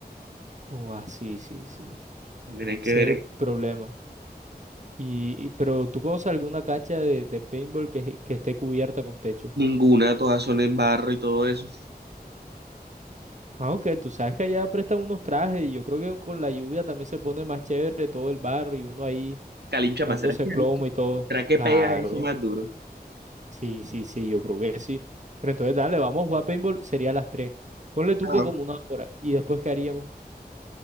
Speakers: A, on the right; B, on the right.
A: Oh, ah, sí, sí, sí.
B: También hay que
A: Ese
B: ver.
A: es el
B: eh.
A: problema. Y, y- pero ¿tú conoces alguna cancha de, de paintball que, que esté cubierta con techo?
B: Ninguna, todas son en barro y todo eso.
A: Ah, ok, tú sabes que allá prestan unos trajes y yo creo que con la lluvia también se pone más chévere todo el barro y uno ahí
B: Calincha
A: dándose
B: más, ¿será que calincha?
A: plomo y todo.
B: ¿Será que
A: Claro.
B: pega eso más duro?
A: Sí, sí, sí, yo creo que sí. Pero entonces, dale, vamos a jugar paintball, sería a las 3. Ponle tú
B: Ajá.
A: que como una hora. ¿Y después qué haríamos?